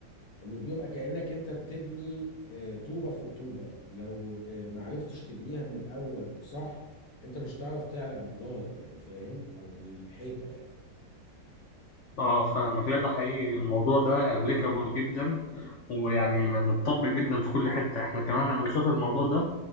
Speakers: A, on the left; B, on the left.
A: انه بيبقى كانك انت بتبني آه، طوبه فوق طوبه لو آه، ما عرفتش تبنيها من الاول صح انت مش هتعرف تعلى بالجدار يعني فاهم او بالحيطه يعني
B: اه فاهمك لا ده حقيقي الموضوع ده ابليكابل جدا ويعني م- متطبق جدا في كل حته احنا كمان انا بشوف الموضوع ده